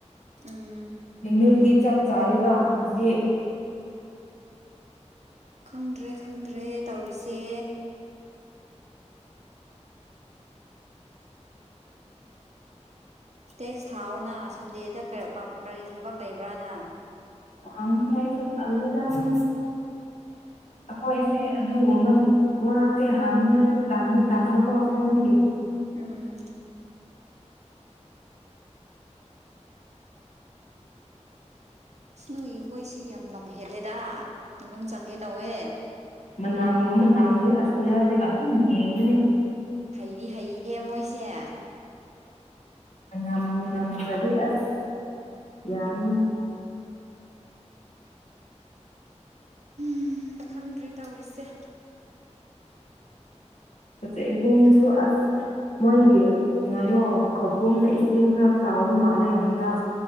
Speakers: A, on the right (about 70°); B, on the left (about 70°).
A: ꯎꯝ
B: ꯅꯨꯃꯤꯠꯇꯤ ꯆꯞ ꯆꯥꯔꯦꯕ ꯉꯁꯤ
A: ꯈꯪꯗ꯭ꯔꯦ ꯈꯪꯗ꯭ꯔꯦ ꯇꯧꯔꯤꯁꯦ ꯇꯦꯛꯁ ꯊꯥꯎꯑꯣꯅ ꯁꯟꯗꯦꯗ <unintelligible> ꯀꯔꯤ ꯊꯕꯛ ꯂꯩꯕ꯭ꯔꯥꯅ
B: ꯍꯪꯅꯤꯉꯥꯏꯕꯝꯁꯨ ꯇꯜꯂꯦꯗ ꯅꯣꯢ ꯑꯈꯣꯏꯁꯦ ꯑꯗꯨ <unintelligible> ꯋꯥꯁꯦ ꯍꯥꯡꯅꯤꯡꯉꯥꯏꯗꯤ ꯇꯟꯗꯤ ꯇꯟꯕꯀꯣ ꯁꯦꯝꯕꯒꯤ
A: ꯎꯝ ꯅꯣꯏꯒꯤ ꯍꯣꯏ ꯁꯤ ꯌꯥꯝ ꯂꯝ ꯍꯦꯜꯂꯦꯗꯥ--ꯃꯅꯨꯡ ꯆꯪꯒꯦ ꯇꯧꯋꯦ
B: ꯃꯅꯥꯝꯒꯨꯝꯕ ꯅꯝꯂꯗꯤ ꯑꯁ ꯂꯦꯞꯄꯒ ꯑꯗꯨꯝ ꯌꯦꯡꯕꯅꯦ
A: ꯍꯩꯗꯤ ꯍꯩꯍꯦ ꯃꯣꯏꯁꯦ-
B: ꯃꯅꯥꯝꯕꯨ ꯅꯝꯈ꯭ꯔꯗꯤ ꯑꯁ ꯌꯥꯕꯅꯦ
A: ꯎꯝ ꯈꯪꯗ꯭ꯔꯦ ꯇꯧꯔꯤꯁꯦ-
B: ꯍꯧꯖꯤꯛ ꯢꯄꯨꯡꯗꯨꯁꯨ ꯑꯥꯁ ꯃꯣꯏꯒꯤ ꯉꯥꯌꯣꯛ ꯈꯧꯄꯨꯝꯗ ꯏꯁꯤꯡ ꯈꯔ ꯆꯥꯎꯕ ꯃꯥꯜꯂꯦ ꯍꯟꯗꯛ